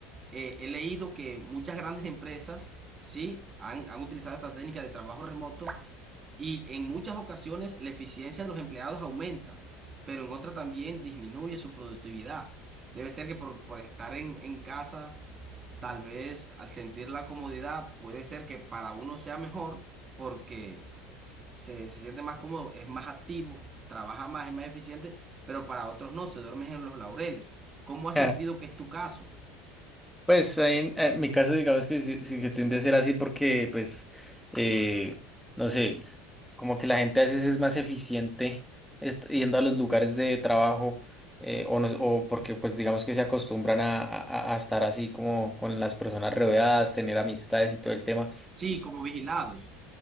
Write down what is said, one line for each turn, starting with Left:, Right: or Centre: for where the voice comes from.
Right: eh, he leído que muchas grandes empresas, sí, han, han utilizado esta técnica de trabajo remoto y en muchas ocasiones la eficiencia de los empleados aumenta, pero en otras también disminuye su productividad. Debe ser que por, por estar en, en casa tal vez al sentir la comodidad puede ser que para uno sea mejor porque se, se siente más cómodo, es más activo, trabaja más, es más eficiente, pero para otros no, se duermen en los laureles. ¿Cómo has
Centre: <laughs>
Right: sentido que es tu caso?
Centre: Pues ahí en, en mi caso, digamos que sí, sí que tiende a ser así porque, pues, eh, no sé, como que la gente a veces es más eficiente est- yendo a los lugares de trabajo eh, o, no- o porque, pues, digamos que se acostumbran a, a- a- a estar así como con las personas rodeadas, tener amistades y todo el tema.
Right: Sí, como vigilados.